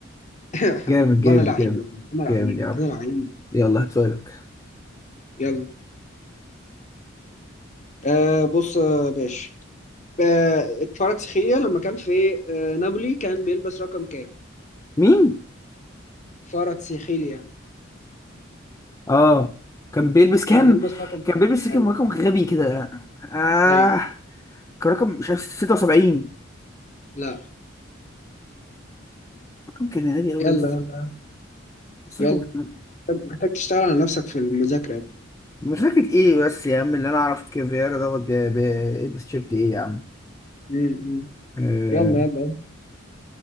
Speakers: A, on the left; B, on the left.
A: أها.
B: جامد جامد
A: والله انا لعيب
B: جامد
A: يا ابني انا لعيب
B: جامد يا عم
A: انا لعيب
B: يلا هات سؤالك
A: يلا آه بص يا باشا آه كفاراتسخيليا لما كان في آه نابولي كان بيلبس رقم كام؟
B: مين؟
A: كفاراتسخيليا
B: اه كان بيلبس كام؟
A: كان بيلبس رقم كام؟
B: كان بيلبس كام
A: ايوه
B: رقم غبي كده اه
A: ايوه
B: كان رقم مش عارف 76
A: لا
B: رقم كان غبي قوي
A: يلا
B: يا اسطى
A: يلا
B: بس
A: يلا
B: رقم كان-
A: محتاج تشتغل على نفسك في المذاكرة يا ابني.
B: مش فاكر ايه بس يا عم اللي انا اعرف كافيارا دوت بي- بيلبس تيشيرت ايه يا عم
A: مم، مم.
B: آه
A: يلا يلا يلا.